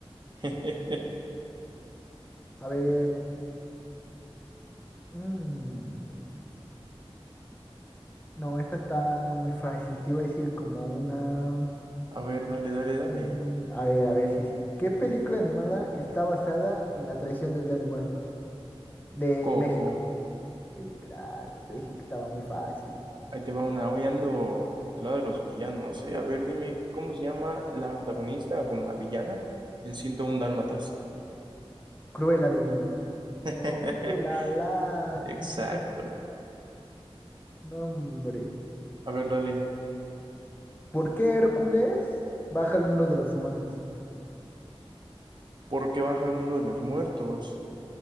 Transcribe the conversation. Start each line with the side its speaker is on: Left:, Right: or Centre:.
Right: <laughs>
Left: A ver. mm, no, esta está muy fácil. Te iba a decir como una.
Right: A ver, dale, dale, dale.
Left: mm, a ver, a ver, sí, sí. ¿Qué película animada está basada en la tradición del Día de Muertos? De
Right: Coco,
Left: México. Sí, claro, te dije que estaba muy fácil.
Right: ahí te va una. Hoy ando del lado de los villanos, ¿eh? A ver, dime, ¿cómo se llama la antagonista, como la villana, en 101 Dálmatas?
Left: Cruella de Vil.
Right: <laughs>
Left: Oh, la la.
Right: Exacto.
Left: <laughs> No, hombre.
Right: A ver, dale.
Left: ¿Por qué Hércules baja al mundo de los humanos?
Right: ¿Por qué baja al mundo de los muertos?